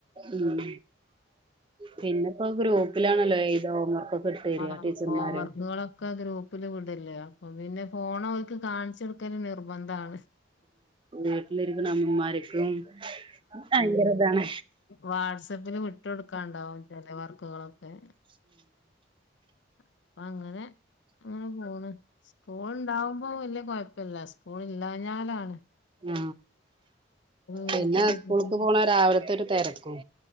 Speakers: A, on the right; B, on the left.
A: ഉം പിന്നെപ്പോ ഗ്രൂപ്പിലാണല്ലോ എഴുതാ ഹോംവർക്കൊക്കെ ഇട്ട് തരിക
B: ആ
A: ടീച്ചർമാര്
B: ഹോംവർക്കുകളൊക്കെ ഗ്രൂപ്പില് വിടല്ലേ അപ്പൊ പിന്നെ ഫോണ് അവർക്കു കാണിച്ചെടുക്കല് നിർബന്ധാണ്
A: വീട്ടില് ഇരിക്കുന്ന അമ്മമാർക്കും ഭയങ്കര ഇതാണ്
B: വാട്സആപ്പില് വിട്ട് കൊടുക്കാണ്ടാവും ചെല വർക്കുകളൊക്കെ അപ്പ അങ്ങനെ അങ്ങനെ പോണ് സ്കൂൾ ഉണ്ടാവുമ്പോ വല്ല്യ കുഴപ്പല്ല സ്കൂള് ഇില്ലഞ്ഞാലാണ്
A: ആ
B: വീട്ടിലിരുന്ന്
A: പിന്നെ സ്കൂളക്ക് പോണ രാവിലത്തെ ഒരു തിരക്കും